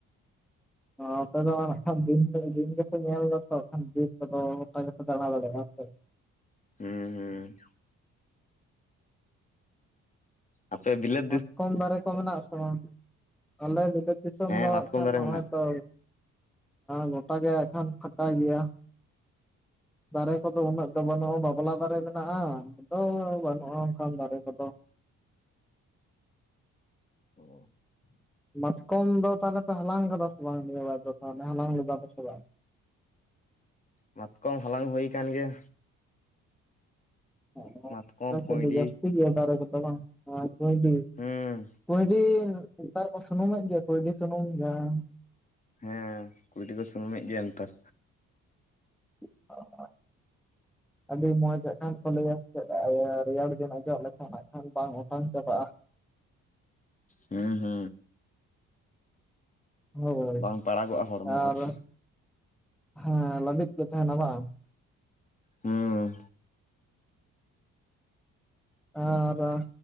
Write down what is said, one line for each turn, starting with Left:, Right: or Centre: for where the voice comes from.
Centre: ᱚ ᱟᱯᱮ ᱫᱚ ᱦᱟᱜ ᱠᱷᱟᱱ ᱫᱤᱱ ᱯᱮ ᱫᱤᱱ ᱜᱮᱯᱮ ᱧᱮᱞ ᱫᱟᱛᱚ ᱵᱤᱨ ᱠᱚᱫᱚ ᱜᱚᱴᱟ ᱜᱮᱯᱮ ᱫᱟᱬᱟ ᱫᱟᱲᱮᱭᱟᱜᱼᱟ ᱦᱮ ᱥᱮ
Left: ᱦᱮᱸ ᱦᱩᱸ ᱟᱯᱮ ᱵᱤᱞᱟ. ᱛ
Centre: ᱢᱟᱛᱠᱚᱢ ᱫᱟᱨᱮ ᱠᱚ ᱢᱮᱱᱟᱜ-ᱟ ᱥᱮ ᱵᱟᱝ ᱟᱞᱮ ᱵᱤᱞᱟ‌. ᱛ ᱫᱤᱥᱚᱢ
Left: ᱦᱮᱸ
Centre: ᱫᱚ
Left: ᱢᱟᱛᱠᱚᱢ
Centre: ᱦᱟᱜ ᱠᱷᱟᱱ
Left: ᱫᱟᱨᱮ
Centre: ᱱᱚᱜᱼᱚᱭ
Left: ᱢᱮᱱᱟᱜᱼᱟ
Centre: ᱛᱚ ᱜᱚᱴᱟ ᱜᱮ ᱦᱟᱜ ᱠᱷᱟᱱ ᱯᱷᱟᱠᱟ ᱜᱮᱭᱟ ᱫᱟᱨᱮ ᱠᱚᱫᱚ ᱩᱱᱟᱹᱜ ᱫᱚ ᱵᱟᱹᱱᱩᱜᱼᱟ ᱵᱟᱯᱞᱟ ᱫᱟᱨᱮ ᱢᱮᱱᱟᱜᱼᱟ ᱟᱫᱚ ᱵᱟᱹᱱᱩᱜᱼᱟ ᱚᱱᱠᱟᱱ ᱫᱟᱨᱮ ᱠᱚᱫᱚ᱾
Left: <inaudible>
Centre: ᱢᱟᱛᱠᱚᱢ ᱫᱚ ᱛᱟᱦᱚᱞᱮ ᱯᱮ ᱦᱟᱞᱟᱝ ᱠᱟᱫᱟ ᱥᱮ ᱵᱟᱝ ᱱᱤᱭᱟ ᱵᱟᱨ ᱫᱚ ᱛᱟᱦᱚᱞᱮ ᱦᱟᱞᱟᱝ ᱞᱮᱫᱟ ᱯᱮᱥᱮ ᱵᱟᱝ?
Left: ᱢᱟᱛᱠᱚᱢ ᱦᱟᱞᱟᱝ ᱦᱩᱭ ᱟᱠᱟᱱ ᱜᱮᱭᱟ᱾
Centre: ᱚ
Left: ᱢᱟᱛᱠᱚᱢ
Centre: ᱟᱯᱮ
Left: ᱠᱩᱸᱭᱰᱤ
Centre: ᱥᱮᱫ ᱫᱚ ᱡᱟᱹᱥᱛᱤ ᱜᱮᱭᱟ ᱫᱟᱨᱮ ᱠᱚᱫᱚ ᱵᱟᱝ? ᱠᱩᱸᱭᱰᱤ᱾
Left: ᱦᱩᱸ
Centre: ᱠᱩᱸᱭᱰᱤ ᱱᱮᱛᱟᱨ ᱠᱚ ᱥᱩᱱᱩᱢᱮᱫ ᱜᱮᱭᱟ ᱠᱩᱸᱭᱰᱤ ᱥᱩᱱᱩᱢ ᱡᱟᱦᱟᱸ
Left: ᱦᱮᱸ᱾ ᱠᱩᱸᱭᱰᱤ ᱠᱚ ᱥᱩᱱᱩᱢᱮᱫ ᱜᱮᱭᱟ ᱱᱮᱛᱟᱨ᱾
Centre: <unintelligible> ᱟᱹᱰᱤ ᱢᱚᱸᱡᱽ ᱦᱟᱸᱜ ᱠᱷᱟᱱ ᱠᱚ ᱞᱟᱹᱭᱟ ᱥᱮᱪᱮᱫ ᱨᱮᱭᱟᱲ ᱫᱤᱱ ᱚᱡᱚᱜ ᱞᱮᱠᱷᱟᱱ ᱦᱟᱸᱜ ᱠᱷᱟᱱ ᱵᱟᱝ ᱚᱴᱟᱝ ᱪᱟᱵᱟᱜᱼᱟ᱾
Left: ᱦᱩᱸ ᱦᱩᱼ᱾
Centre: ᱦᱳᱭ
Left: ᱵᱟᱝ ᱯᱟᱲᱟᱜᱚᱜᱼᱟ ᱦᱚᱲᱢᱚ
Centre: ᱟᱨ
Left: ᱟᱨᱠᱤ
Centre: ᱦᱮᱸ ᱞᱟᱹᱵᱤᱫ ᱜᱮ ᱛᱟᱦᱮᱱᱟ ᱵᱟᱝ᱾
Left: ᱦᱩᱸ᱾
Centre: ᱟᱨᱟ